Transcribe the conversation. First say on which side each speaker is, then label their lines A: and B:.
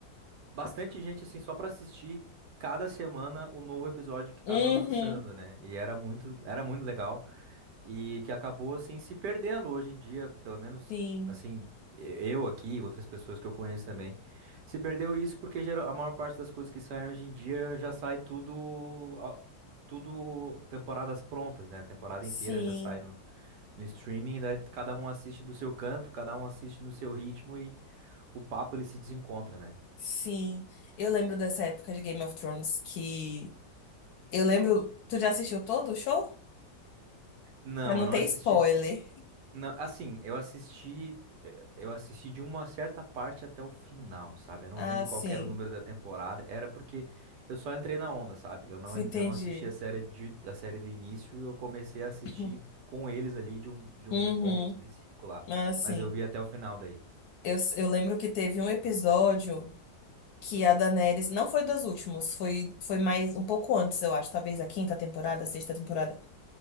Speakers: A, on the right; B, on the left.
A: bastante gente assim só pra assistir cada semana o novo episódio que
B: uhum,
A: tava lançando,
B: uhum.
A: né? E era muito, era muito legal e que acabou assim se perdendo hoje em dia, pelo menos
B: Sim,
A: assim, e- eu aqui, outras pessoas que eu conheço também, se perdeu isso porque geral, a maior parte das coisas que saem hoje em dia já sai tudo a- tudo temporadas prontas, né? A temporada
B: sim.
A: inteira já sai no, no streaming, daí cada um assiste do seu canto, cada um assiste no seu ritmo e o papo ele se desencontra, né?
B: Sim, eu lembro dessa época de Game of Thrones que. Eu lembro. Tu já assistiu todo o show?
A: Não,
B: Pra não
A: eu não
B: ter
A: assisti
B: spoiler.
A: Não, assim, eu assisti, eh, eu assisti de uma certa parte até o final, sabe? Eu não
B: Ah,
A: lembro
B: sim.
A: qual que era o número da temporada, era porque eu só entrei na onda, sabe? Eu não,
B: Entendi.
A: en- eu não assisti a série de, a série do início, eu comecei a assistir
B: <laughs>
A: com eles ali de um, de um
B: Uhum.
A: ponto específico lá,
B: Ah, sim.
A: mas eu vi até o final daí.
B: Eu, eu lembro que teve um episódio que a Daenerys. Não foi dos últimos, foi, foi mais um pouco antes, eu acho. Talvez a quinta temporada, a sexta temporada.